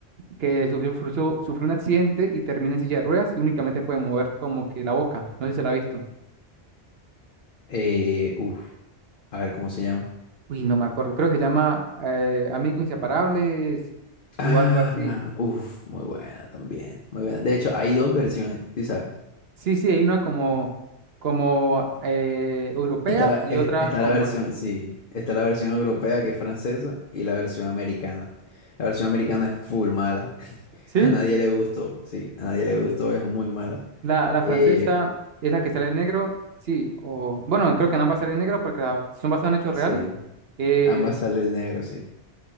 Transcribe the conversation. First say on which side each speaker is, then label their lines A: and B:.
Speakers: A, on the right; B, on the left.
A: que sufrió, sufrió- sufrió un accidente y termina en silla de ruedas y únicamente puede mover como que la boca. No sé si se la ha visto.
B: Eh, uf, a ver cómo se llama.
A: Uy, no me acuerdo. Creo que se llama eh, Amigos Inseparables o
B: Ah,
A: algo así.
B: uf, muy buena también, muy buena. De hecho, hay dos versiones, ¿sí sabes?
A: Sí, sí, hay una como, como eh, europea
B: Está la,
A: y
B: eh,
A: otra
B: está
A: como...
B: la versión,
A: est-
B: sí, está la versión europea que es francesa y la versión americana. La versión americana es full mala. <laughs>
A: ¿Sí?
B: A nadie le gustó, sí, a nadie le gustó, es muy mala.
A: La, la
B: Eh,
A: francesa es la que sale en negro. Sí, o bueno, creo que en ambas sale en negro porque la- son basadas en hechos
B: sí,
A: reales. Eh,
B: ambas sale el negro, sí.